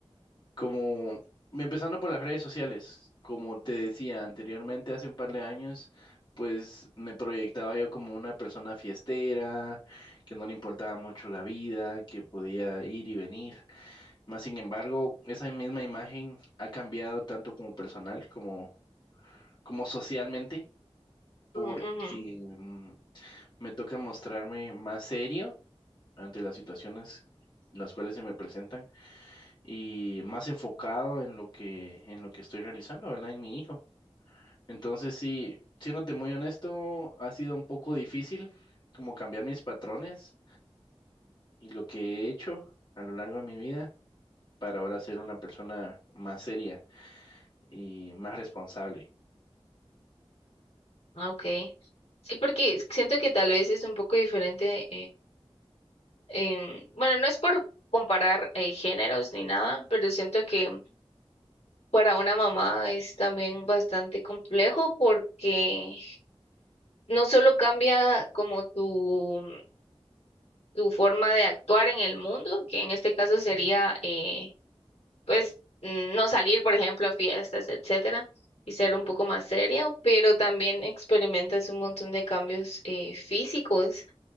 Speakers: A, on the left; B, on the left.
A: Como empezando por las redes sociales, como te decía anteriormente, hace un par de años, pues me proyectaba yo como una persona fiestera, que no le importaba mucho la vida, que podía ir y venir. Más sin embargo, esa misma imagen ha cambiado tanto como personal como, como socialmente, porque
B: Mm, ujú.
A: mm, me toca mostrarme más serio ante las situaciones las cuales se me presentan y más enfocado en lo que, en lo que estoy realizando, ¿verdad? En mi hijo. Entonces, sí, siéndote muy honesto, ha sido un poco difícil como cambiar mis patrones y lo que he hecho a lo largo de mi vida para ahora ser una persona más seria y más responsable.
B: Ah, Ok. Sí, porque siento que tal vez es un poco diferente en- bueno, no es por comparar eh, géneros ni nada, pero siento que para una mamá es también bastante complejo porque no solo cambia como tu, tu forma de actuar en el mundo, que en este caso sería eh, pues mm, no salir, por ejemplo, a fiestas, etcétera, y ser
A: Ujú,
B: un poco más seria, pero también experimentas un montón de cambios eh, físicos